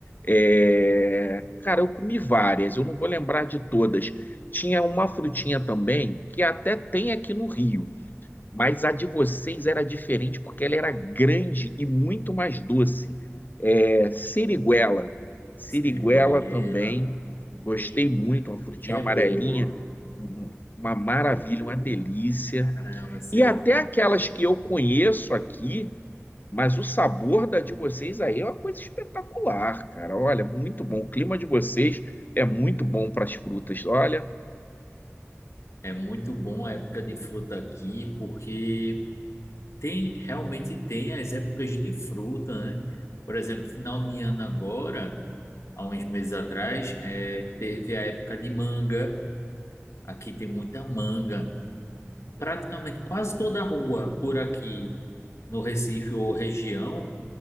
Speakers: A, on the left; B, on the left.
A: É, Cara, eu comi várias, eu não vou lembrar de todas. Tinha uma frutinha também que até tem aqui no Rio mas a de vocês era diferente porque ela era grande e muito mais doce. É, siriguela. Siriguela
B: Siriguela.
A: também. Gostei
B: Ei,
A: muito, uma frutinha
B: que é
A: amarelinha,
B: boa.
A: um- uma maravilha, uma delícia.
B: Caramba, Siriguela.
A: E até aquelas que eu conheço aqui, mas o sabor da de vocês aí é uma coisa espetacular, cara. Olha, muito bom. O clima de vocês é muito bom para as frutas. Olha,
B: É muito bom a época de fruta aqui, porque tem realmente tem as épocas de fruta, né? Por exemplo, final de ano agora. há uns meses atrás, é, teve a época de manga. Aqui tem muita manga. Praticamente quase toda a rua por aqui no Recife ou região